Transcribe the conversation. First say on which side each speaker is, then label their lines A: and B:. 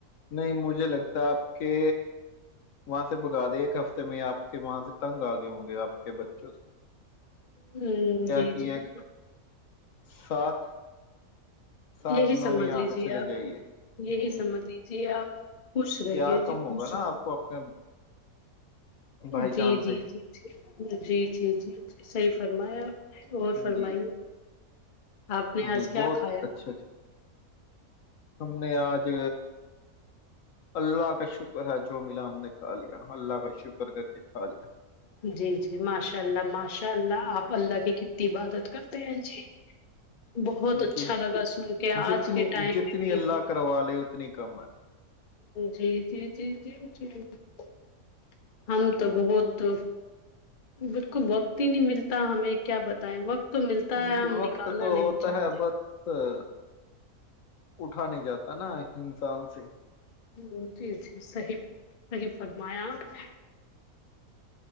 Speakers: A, on the left; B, on the left.
A: نہیں مجھے لگتا آپ کے وہاں سے بگا د <unintelligible> ہفتے میں آپ کے وہاں سے تنگ آگے ہوں گے آپ کے بچے <unintelligible>
B: ہ جی
A: کیا
B: جی <unintelligible>
A: سات <unintelligible> سات
B: یہی
A: دنوں
B: سمجھ
A: میں یہاں
B: لیجیے
A: سے چلے
B: آپ
A: جائیے
B: یہی
A: ہ
B: سمجھ لیجیے آپ <unintelligible> خوش رہیے
A: پیار
B: جی
A: کم
B: خوش
A: ہوگا نا آپ کو اپنے بھائی
B: جی
A: جان
B: جی
A: سے
B: جی <unintelligible> جی جی جیی صحیح فرمایاپ <unintelligible> اور فرمائی
A: جی
B: <unintelligible> آپ نے
A: جی
B: آج کیا
A: بہت
B: کھایا
A: اچھا
B: <unintelligible>
A: ہم نے آج اللہ کا شکر ہے جو ملا ہم نے کھا لیا اللہ کا شکر کر کے کھا لیا
B: جی جی ماشاء اللہ ماشاء اللہ آپ <unintelligible> اللہ کی کتنی عبادت کرتے ہیں جی بہت اچھا
A: جی
B: لگا سن کے آج
A: جتنی
B: کے ٹائم
A: جتنی
B: میں بھی
A: اللہ
B: ہ
A: کروا لے اتنی کم ہے
B: جی جی جی جی <unintelligible> جی <unintelligible> ہم تو بہت بالکل وقت ہی نہیں ملتا ہمیں کیا بتائیں وقت <unintelligible> ہے
A: جی
B: ہم
A: وقت
B: نکالنا
A: تو
B: نہیں
A: ہوتا
B: چاہتے
A: ہے بس <unintelligible> اٹھا نہیں جاتا نا ہسان سے <unintelligible>
B: ہ جی جی صحیح صحیح فرمایاپ نے <unintelligible>